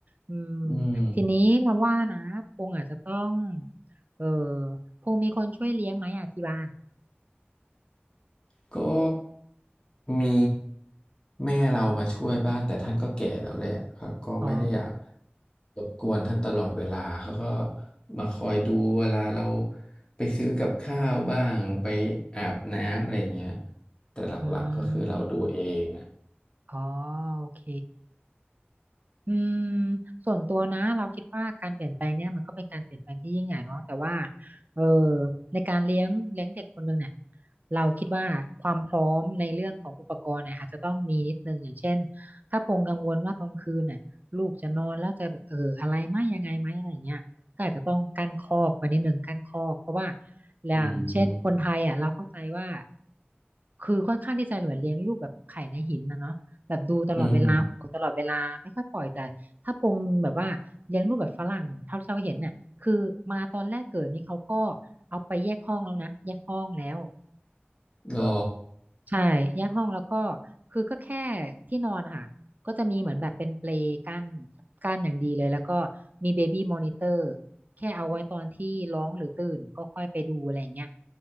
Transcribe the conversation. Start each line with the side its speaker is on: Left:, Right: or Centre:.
Right: อืม
Left: อืม
Right: ทีนี้เราว่านะพงอาจจะต้องเออพงมีคนช่วยเลี้ยงไหมอ่ะที่บ้าน
Left: ก็มีแม่เรามาช่วยบ้างแต่ท่านก็แก่แล้วแหละครับก็ไม่ได้อยาก
Right: อ๋อ
Left: รบกวนท่านตลอดเวลาเขาก็มาคอยดูเวลาเราไปซื้อกับข้าวบ้างไปอาบน้ำอะไรอย่างเงี้ยแต่หลักๆก็คือเราดูเองอ่ะ
Right: อืมอ๋อ โอเค อืม ส่วนตัวนะเราคิดว่าการเปลี่ยนแปลงเนี่ยมันก็เป็นการเปลี่ยนแปลงที่ยิ่งใหญ่เนาะแต่ว่า เออ ในการเลี้ยงเลี้ยงเด็กคนหนึ่งเนี่ย เราคิดว่าความพร้อมในเรื่องของอุปกรณ์เนี่ยอาจจะต้องมีนิดนึงอย่างเช่นถ้าพงกังวลว่าตอนคืนเนี่ยลูกจะนอนแล้วจะเอออะไรไหมยังไงไหมอะไรเงี้ยก็อาจจะต้องกั้นคอกไว้นิดนึงกั้นคอกเพราะว่าอย่างเช่นคนไทยอ่ะเราเข้าใจว่า
Left: อืม
Right: คือค่อนข้างที่จะเหมือนเลี้ยงลูกแบบไข่ในหินนะเนาะแบบดูตลอดเวลาห่วงตลอดเวลาไม่ค่อยปล่อยแต่ถ้าพงแบบว่าเลี้ยงลูกแบบฝรั่งเท่าที่เราเห็นเนี่ยคือมาตอนแรกเกิดนี่เขาก็
Left: อืม
Right: เอาไปแยกห้องแล้วนะแยกห้องแล้ว
Left: รอ
Right: ใช่แยกห้องแล้วก็คือก็แค่ที่นอนค่ะก็จะมีเหมือนแบบเป็นเปลกั้นกั้นอย่างดีเลยแล้วก็มีเบบี้มอนิเตอร์แค่เอาไว้ตอนที่ร้องหรือตื่นก็ค่อยไปดูอะไรเงี้ย